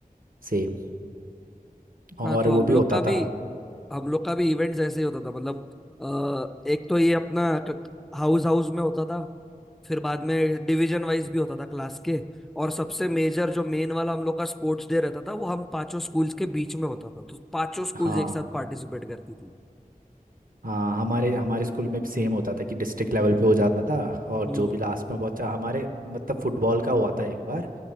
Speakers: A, on the right; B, in the centre.
A: सेम और
B: हाँ तो
A: वो
B: हम
A: भी
B: लोग
A: होता
B: का भी
A: था
B: हम लोग का भी इवेंट्स ऐसे ही होता था मतलब अ, एक तो ये अपना हाउस हाउस में होता था फिर बाद में डिवीजन वाइज भी होता था क्लास के और सबसे मेजर जो मेन वाला हम लोग का स्पोर्ट्स डे रहता था वो हम पांचों स्कूल्स के बीच में होता था तो पांचों स्कूल्स
A: हाँ
B: एक साथ पार्टिसिपेट करती थी
A: हाँ हमारे हमारे स्कूल में भी सेम होता था कि डिस्ट्रिक्ट लेवल पे हो जाता था और
B: हम्म
A: जो भी लास्ट में पहुंचा हमारे मतलब फुटबॉल का हुआ था एक बार